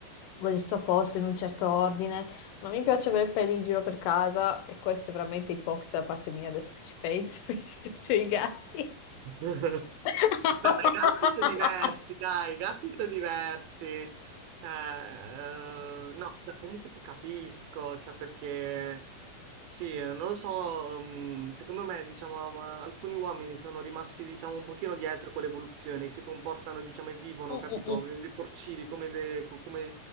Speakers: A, on the left; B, on the right.
A: voglio tutto a posto in un certo ordine. Non mi piace avere peli in giro per casa e questo è veramente ipocrita da parte mia adesso che ci penso, <laughs> visto che c'ho i gatti.
B: <laughs> Vabbè,
A: I gatti sono ipocrita.
B: ma i gatti sono diversi, dai, i gatti sono diversi. Cioè, eh, no, cioè, comunque ti capisco, cioè, perché sì, non lo so, mm, secondo me, diciamo, ma alcuni uomini sono rimasti, diciamo, un pochino dietro con l'evoluzione, si comportano, diciamo, e vivono,
A: Mm,
B: capito?
A: mm, mm.
B: Come Dei porcini, come, de- co- come